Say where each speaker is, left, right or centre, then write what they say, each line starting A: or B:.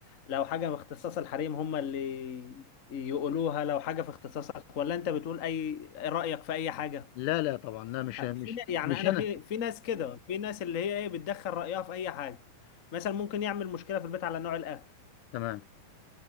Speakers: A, on the left (about 40°); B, on the left (about 85°).
A: لو حاجه في اختصاص الحريم هم اللي يقولوها لو حاجه في اختصاصك ولا انت بتقول اي رايك في اي حاجه
B: لا لا طبعا لا مش مش
A: في ن- يعني
B: مش
A: انا
B: انا
A: في في ناس كده في ناس اللي هي ايه بتدخل رايها في اي حاجه مثلا ممكن يعمل مشكله في البيت على نوع الاكل
B: تمام